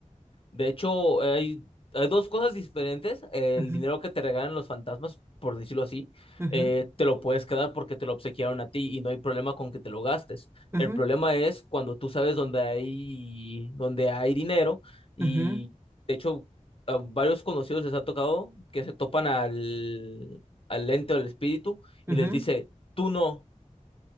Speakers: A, on the left (about 45°); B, on the right (about 20°).
A: De hecho, hay, hay dos cosas diferentes. El
B: Ujú,
A: dinero que te regalan los fantasmas, por decirlo así,
B: ujú,
A: eh, te lo puedes quedar porque te lo obsequiaron a ti y no hay problema con que te lo gastes.
B: ujú,
A: El problema es cuando tú sabes dónde hay, dónde hay dinero y,
B: ujú,
A: de hecho, a varios conocidos les ha tocado que se topan al, al ente o al espíritu
B: ujú.
A: y les dice, tú no,